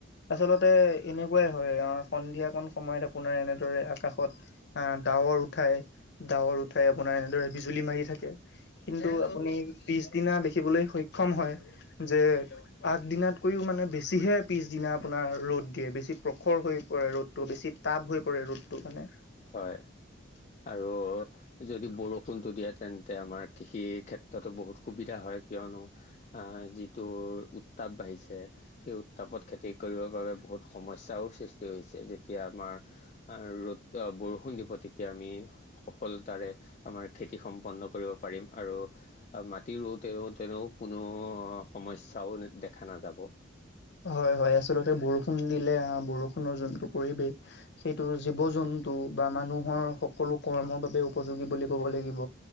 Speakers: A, on the left; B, on the left.
A: আচলতে এনেকুৱাই হয় আহ সন্ধিয়াকন সময়ত আপোনাৰ এনেদৰে আকাশত আহ ডাৱৰ উঠাই ডাৱৰ উঠাই আপোনাৰ এনেদৰে বিজুলী মাৰি থাকে। কিন্তু আপুনি পিছদিনা দেখিবলৈ সক্ষম হয়। যে আঠ দিনাতকৈও মানে বেছিহে পিছদিনা আপোনাৰ ৰ'দ দিয়ে বেছি প্ৰখৰ হৈ ৰ'দটো বেছি টাব হৈ পৰে ৰ'দ টো মানে।
B: হয় আৰু যদি বৰষুণটো দিয়ে তেন্তে আমাৰ কৃষিৰ ক্ষেত্ৰতো বহুত সুবিধা হয় কিয়নো। আ যিটো- উত্তাপ বাঢ়িছে সেই উত্তাপত খেতি কৰিবৰ বাবে বহুত সমস্যাও সৃষ্টি হৈছে যেতিয়া আমাৰ- আৰু ৰ'দ- বৰষুণ দিব তেতিয়া আমি সফলতাৰে আমাৰ খেতি সম্পন্ন কৰিব পাৰিম আৰু- অ মাটি ৰ'দ- তে তেনে কোনো সমস্যাও দেখা নাযাব।
A: হয় হয় আচলতে বৰষুণ দিলে বৰষুণৰ যোনটো পৰিৱেশ সেইটো জীৱ জন্তু বা মানুহ- সকলো কৰ্মৰ বাবে উপযোগী বুলি ক'ব লাগিব।